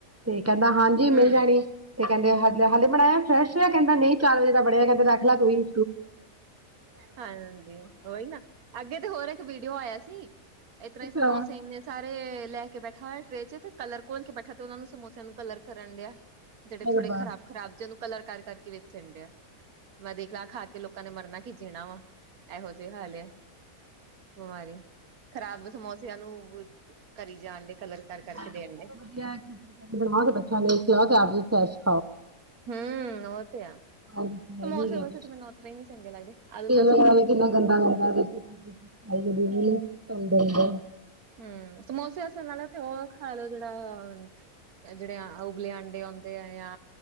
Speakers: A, on the right; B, on the right.
A: ਤੇ ਕਹਿੰਦਾ ਹਾਂਜੀ
B: ਹੂੰ
A: ਮਿਲ ਜਾਣੀ। ਤੇ ਕਹਿੰਦੇ ਹਲ ਹਲੇ ਬਣਾਇਆ ਫਰੈਸ਼ ਕਹਿੰਦਾ ਨਈ ਚਾਰ ਵਜੇ ਦਾ ਬਣਿਆ ਹੈਗਾ ਤੇ ਰੱਖ ਲੈ ਤੁਈ।
B: ਹਾਂਜੀ। ਉਈ ਨਾ ਅੱਗੇ ਤੇ ਹੋਰ ਇੱਕ ਵੀਡੀਓ ਆਇਆ ਸੀ ਏਤਰਾਂ ਈ ਸਮੋਸੇ
A: ਹਾਏ
B: ਇੰਨੇ ਸਾਰੇ ਲੈ ਕ ਬੈਠਾ ਹੋਇਆ ਟ੍ਰੇਨ ਚ ਤੇ ਕਲਰ ਘੋਲ ਕੇ ਬੈਠਾ ਤੇ ਉਹਨਾ ਨੂੰ ਸਮੋਸਿਆਂ ਨੂੰ ਕਲਰ ਕਰਨ ਡਿਆ। ਜੇੜੇ ਥੋੜੇ
A: ਰੱਬਾ
B: ਖ਼ਰਾਬ ਖਰਾਬ ਜੇ ਉਨੂੰ ਕਲਰ ਕਰ ਕਰਕੇ ਵੇਚਣ ਡੇਆ। ਮੈਂ ਦੇਖ ਲਾ ਖਾ ਕੇ ਲੋਕਾਂ ਨੇ ਮਰਨਾ ਕੀ ਜੀਣਾ ਵਾ ਏਹੋ ਜਏ ਹਾਲ ਐ। ਬਿਮਾਰੀ ਖ਼ਰਾਬ ਸਮੋਸਿਆਂ ਨੂੰ ਕਰੀ ਜਾਣ ਡੇ ਕਲਰ
A: <unintelligible>
B: ਕਰ ਕਰਕੇ ਦੇਣ ਡੇ ਹਮ। ਉਹ ਤੇ ਆ।
A: ਨਹੀਂ
B: ਸਮੋਸੇ
A: ਗਿਆ
B: ਮਾਸੇ
A: ਕੁਛ
B: ਤੇ ਮੈਨੂੰ ਉਤਰਾ ਈ ਨੀ ਚੰਗੇ ਲੱਗਦੇ। ਆਲ
A: <unintelligible>
B: ਹਮ। ਸਮੋਸਿਆ ਅਸ ਨਾਲੋ ਤੇ ਉ ਖਾ ਲਓ ਜੇੜਾ ਜੇੜੇ ਉਬਲੇ ਆਂਡੇ ਆਉਂਦੇ ਐ ਯਾ